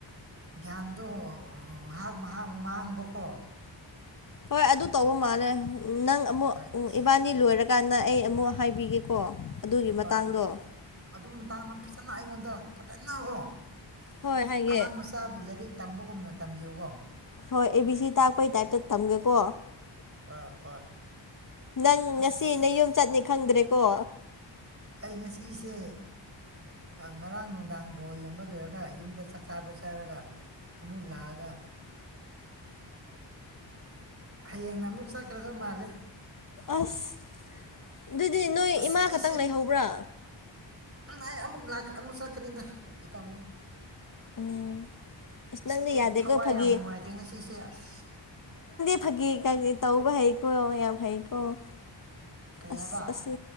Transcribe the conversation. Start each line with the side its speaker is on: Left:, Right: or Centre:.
Right: ꯒ꯭ꯌꯥꯟꯗꯣ ꯉꯥꯏꯍꯥꯛ ꯃꯥꯡꯕꯀꯣ
Left: ꯍꯣꯏ ꯑꯗꯨ ꯇꯧꯕ ꯃꯥꯜꯂꯦ ꯅꯪ ꯑꯃꯨꯛ
Right: ꯍꯣꯏ ꯑꯁ
Left: ꯏꯕꯥꯅꯤ ꯂꯣꯏꯔ ꯀꯥꯟꯅ ꯑꯩ ꯑꯃꯨꯛ ꯍꯥꯏꯕꯤꯒꯦꯀꯣ ꯑꯗꯨꯒꯤ ꯃꯇꯥꯡꯗꯣ
Right: ꯍꯣꯏ ꯑꯗꯨ ꯑꯗꯨ ꯃꯇꯥꯡꯗ ꯐꯖꯅ ꯑꯩꯉꯣꯟꯗ ꯐꯖꯅꯀꯣ
Left: ꯍꯣꯏ ꯍꯥꯏꯒꯦ
Right: ꯑꯉꯥꯡ ꯃꯆꯥꯕꯨ ꯂꯥꯏꯔꯤꯛ ꯇꯝꯕꯒꯨꯝꯅ ꯇꯝꯕꯤꯌꯨꯀꯣ
Left: ꯍꯣꯏ ꯑꯦ ꯕꯤ ꯁꯤ ꯇꯥꯛꯄꯩ ꯇꯥꯏꯞꯇ ꯊꯝꯒꯦꯀꯣ
Right: ꯑ ꯍꯣꯏ
Left: ꯅꯪ
Right: ꯑꯁ
Left: ꯉꯁꯤ ꯅ ꯌꯨꯝ ꯆꯠꯅꯤ ꯈꯪꯗ꯭ꯔꯦꯀꯣ
Right: ꯑꯩ ꯉꯁꯤꯁꯦ ꯉꯔꯥꯡ ꯅꯨꯡꯗꯥꯡꯐꯥꯎ ꯌꯦꯡꯕ ꯂꯣꯏꯔꯒ ꯌꯨꯝꯗ ꯆꯥꯛ ꯆꯥꯕ ꯆꯥꯔꯒ ꯑꯃꯨꯛ ꯂꯥꯛꯒ ꯍꯌꯦꯡꯅ ꯑꯃꯨꯛ ꯆꯠꯈ꯭ꯔꯒ ꯃꯥꯜꯂꯦ
Left: ꯑꯁ ꯑꯗꯨꯗꯤ ꯅꯣꯏ
Right: ꯑꯁ
Left: ꯏꯃꯥ
Right: ꯑꯩꯁꯦ
Left: ꯈꯛꯇꯪ ꯂꯩꯍꯧꯕ꯭ꯔꯥ
Right: ꯑꯩ ꯑꯃꯨꯛ ꯑꯃꯨꯛ ꯆꯠꯀꯅꯤꯗ ꯀꯤ ꯇꯕꯅꯤ
Left: ꯎꯝ
Right: ꯑꯁ
Left: ꯅꯪꯗꯤ
Right: ꯑꯩꯗꯤ
Left: ꯌꯥꯗꯦꯀꯣ
Right: ꯊꯋꯥꯏ
Left: ꯐꯥꯒꯤ
Right: ꯌꯥꯝ ꯅꯨꯡꯉꯥꯏꯇꯦ ꯉꯁꯤꯁꯦ ꯑꯁ
Left: ꯐꯥꯒꯤꯦ ꯀꯦ ꯇꯧꯕ ꯍꯩꯀꯣ ꯌꯥꯝ ꯍꯩꯀꯣ
Right: ꯀꯔꯤ
Left: ꯑꯁ
Right: ꯍꯥꯏꯕ
Left: ꯑꯁꯤ